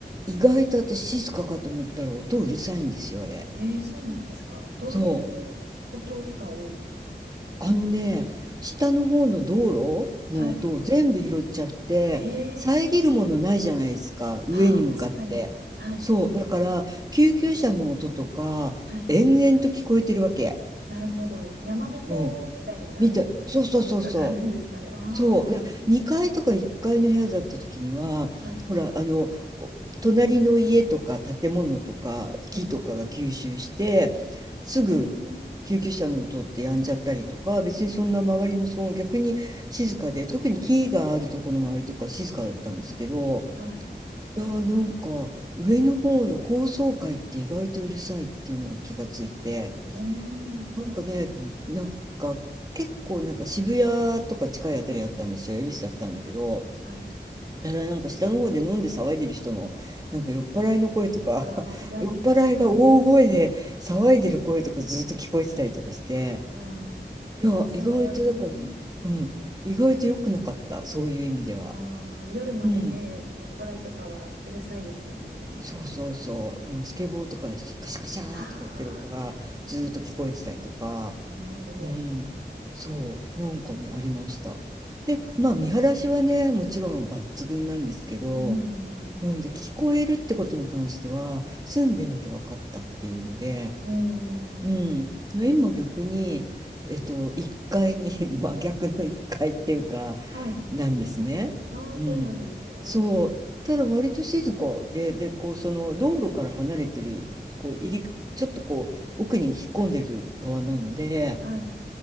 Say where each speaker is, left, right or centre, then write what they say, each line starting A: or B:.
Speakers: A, on the right; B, on the right.
A: 意外と私静かかと思ったら音うるさいんですよ、あれ。
B: えー、そうなんですか。どういう音が多いですかね。
A: そう。あのね、下の方の道路の音を全部拾っちゃって、
B: はい。へ
A: 遮るものないじゃないですか、
B: え。ああ、
A: 上に向かって。
B: 確かに。はい。
A: そう、だから、救急車の音とか、
B: はい。
A: 延々と聞こえてるわけ。
B: なるほど。山彦みたいな
A: うん。見て、そうそうそうそう。
B: 効果があるんですかね。ああ、
A: そう、だ2階とか1階の部屋だった時には、
B: なるほど。はい。
A: ほら、あの、お隣の家とか建物とか木とかが吸収して、
B: うん
A: すぐ救急車の音ってやんじゃったりとか、
B: うん。うーん。
A: 別にそんな周りの騒音逆に静かで、特に木があるとこの周りとか静かだったんですけど、
B: はい。
A: いやーなんか上の方の高層階って意外とうるさいっていうのが気がついて、
B: うーん。
A: なんかね、なんか結構なんか渋谷とか近いあたりだったんですよ。恵比寿だったんだけど、
B: はい。
A: ただなんか下の方で飲んで騒いでる人のなんか酔っ払いの声とか
B: ああ、
A: <laughs>
B: 嫌ですね。
A: 酔っ払いが大声で騒いでる声とかずっと聞こえてたりとかして、
B: うん。
A: いや、
B: まあ、それはね。
A: 意外とだからね、うん、意外と良くなかった、そういう意味では。
B: ああ、夜までね、
A: うん。
B: 酔っ払いとかはうるさいですもんね。
A: そうそうそう。なんかスケボーとかカシャカシャーとかやってる音がずーっと聞こえてたりとか、
B: はあ、なるほど。
A: うん、そう、なんかね、ありました。で、
B: ああ、
A: まあ見晴らしはね、もちろん抜群なんですけど、
B: うんうん
A: うん、で、聞こえるってことに関しては、住んでみて分かったっていうので、
B: うん。うんうん。
A: うん、今逆に、えっと、1階に <laughs> 真逆の一階っていうか、
B: はい。
A: なんですね。
B: ああ、
A: うん、
B: そうなんですね。
A: そう、ただ割と静かで、で、こう、その道路から離れてる、こう、入り、ちょっとこう、奥に引っ込んでる側なので、
B: はい。